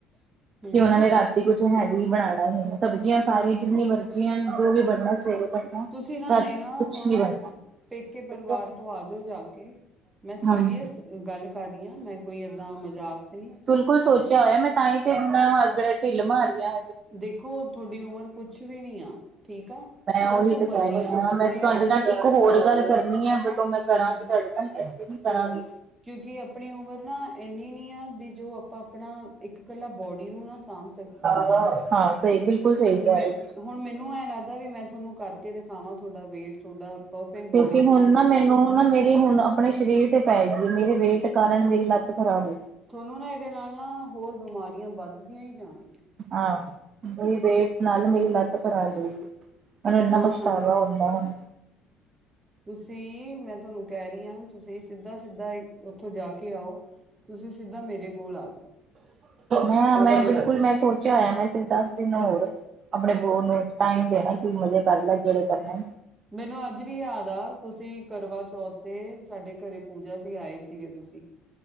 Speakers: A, on the right; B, on the right.
A: ਹੂੰ
B: ਉਹਨਾਂ ਨੇ ਰਾਤੀ। ਤੇ ਕੁਛ ਹੈਵੀ ਬਣਾਉਣਾ ਹੀ, ਸਬਜ਼ੀਆਂ ਸਾਰੀ ਜਿੰਨੀ ਮਰਜ਼ੀਆਂ ਜੋ ਵੀ ਬਣਨਾ ਸੇਵ। ਕੁਛ
A: ਤੁਸੀਂ ਨਾ ਨੇਹਾ ਹੁਣ
B: ਨ ਬਣਨਾ।
A: ਪੇਕੇ ਪਰਿਵਾਰ ਤੋਂ ਆ ਜਾਓ ਜਾ ਕੇ ਮੈਂ ਸੀਰੀਅਸ
B: ਹਾਂਜੀ।
A: ਗੱਲ ਕਰ ਰਹੀ ਹਾਂ ਮੈਂ ਕੋਈ ਏਦਾਂ ਮਜ਼ਾਕ ਚ ਨਹੀਂ।
B: ਕੁਝ ਸੋਚਿਆ ਹੋਇਆ, ਮੈਂ ਤਾਂ ਹੀ ਤਾਂ ਇਨ੍ਹਾਂ ਡੀਲ ਮਾਰਦੀ ਆ।
A: ਦੇਖੋ, ਤੁਹਾਡੀ ਉਮਰ ਕੁਛ ਵੀ ਨੀ ਆ, ਠੀਕ ਆ।
B: ਮੈਂ
A: ਕੁਛ
B: ਉਹੀ
A: ਉਮਰ
B: ਤ ਕਹਿ
A: ਨੀ
B: ਰਹੀ
A: ਆ
B: ਹਾ,
A: ਆਪਣੇ
B: ਮੈਂ ਤੁਹਾਡੇ
A: ਆਪ
B: ਨਾਲ
A: ਨੂੰ
B: ਇੱਕ ਹੋਰ ਗੱਲ ਕਰਨੀ ਹੈ, ਬਟ ਓ ਮੈਂ। ਕਰਾਂਗੇ
A: ਹੂੰ
B: ਤੁਹਾਡੇ ਐਸੇ ਵੀ
A: ਕਰੋ
B: ਕਰਾਂਗੀ।
A: ਕਿਉਂਕਿ ਆਪਣੀ ਉਮਰ ਨਾ ਇੰਨੀ ਨਹੀਂ ਆ ਵੀ, ਜੋ ਆਪਾਂ ਆਪਣਾ ਇੱਕ ਕੱਲਾ ਬੋਡੀ ਨੂੰ ਨਾ ਸਾਂਭ ਸਕੀਏ।
B: ਹਾਂ, ਸਹੀ ਬਿਲਕੁਲ। ਸਹੀ ਕਹਿ
A: ਮੈਂ,
B: ਰਹੇ ਤੁਸੀਂ
A: ਹੁਣ ਮੈਨੂੰ ਐ ਲੱਗਦਾ ਵੀ, ਮੈਂ ਤੁਹਾਨੂੰ ਕਰਕੇ ਦਿਖਾਵਾਂ ਤੁਹਾਡਾ ਵੇਟ। ਤੁਹਾਡਾ ਪਰਫੈਕਟ ਬੋਡੀ
B: ਕਿਉਂਕਿ ਹੁਣ
A: ਬਣਾ ਕੇ
B: ਨਾ
A: ਦਿਖਾਵਾਂ
B: ਮੈਨੂੰ ਨਾ ਮੇਰੀ ਹੁਣ। ਆਪਣੇ ਸਰੀਰ ਤੇ ਪੈ ਗੀਏ, ਮੇਰੇ ਵੇਟ ਕਾਰਨ ਮੇਰੀ ਲੱਤ ਖਰਾਬ ਹੋਈ।
A: ਤੁਹਾਨੂੰ ਨਾ, ਇਹਦੇ ਨਾਲ ਨਾ, ਹੋਰ ਬਿਮਾਰੀਆਂ ਵੱਧਦੀਆਂ ਹੀ ਜਾਣੀਆਂ।
B: ਆ ਹੋਈ ਵੇਟ ਨਾਲ ਮੇਰੀ ਲੱਤ ਕਰਾ ਲਈ। ਪਰ ਇੰਨਾ
A: ਨਾ
B: ਪਛਤਾਵਾ
A: ਨਾ
B: ਹੋੁੰਦਾ ਹੁਣ।
A: ਤੁਸੀਂ, ਮੈਂ ਤੁਹਾਨੂੰ ਕਹਿ ਰਹੀ ਹਾਂ, ਤੁਸੀਂ ਸਿੱਧਾ ਸਿੱਧਾ ਉੱਥੋਂ ਜਾ ਕੇ ਆਓ। ਤੁਸੀਂ ਸਿੱਧਾ ਮੇਰੇ ਕੋਲ ਆ ਜਾਓ।
B: ਮੈਂ, ਮੈਂ ਬਿਲਕੁਲ, ਮੈਂ ਸੋਚਿਆ ਹੋਇਆ, ਮੈਂ ਤੇ ਦੱਸ ਦਿਨ ਹੋਰ ਆਪਣੇ ਬੋ ਨੂੰ ਟਾਈਮ ਦੇਣਾ ਕਿ ਮਜ਼ੇ ਕਰ ਲੈ ਜਿਹੜੇ ਕਰਨੇਨ।
A: ਮੈਨੂੰ, ਅੱਜ ਵੀ ਯਾਦ ਆ ਤੁਸੀਂ। ਕਰਵਾ ਚੌਥ ਤੇ, ਸਾਡੇ ਘਰੇ ਪੂਜਾ ਸੀ, ਆਏ ਸੀਗੇ ਤੁਸੀਂ।